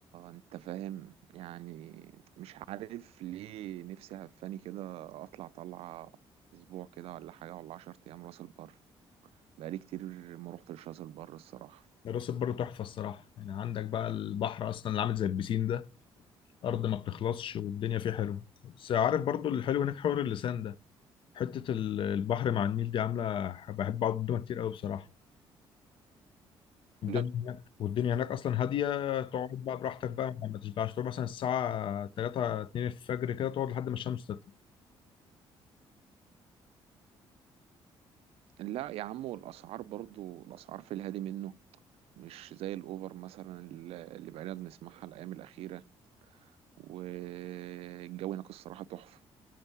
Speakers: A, on the right; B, on the left.
A: انت فاهم يعني مش عارف ليه نفسي هفاني كده اطلع طلعة اسبوع كده ولا حاجة ولا عشر ايام راس البر بقالي كتير ما روحتش راس البر الصراحة
B: راس البر تحفة الصراحة يعني عندك بقى البحر اصلا اللي عامل زي البسين ده ارض ما بتخلصش والدنيا فيه حلوة بس عارف برضو الحلو هناك حوار اللسان ده حتة ال- البحر مع النيل دي عاملة بحب اقعد قدامها كتير قوي بصراحة الدنيا
A: لا
B: هناك والدنيا هناك اصلا هادية تقعد بقى براحتك بقى ما تشبعش تقعد مثلا الساعة 3 2 الفجر كده تقعد لحد ما الشمس
A: لا يا عم والاسعار برضو الاسعار في الهادي منه مش زي الاوفر مثلا اللي بقينا بنسمعها الايام الاخيرة والجو هناك الصراحة تحفة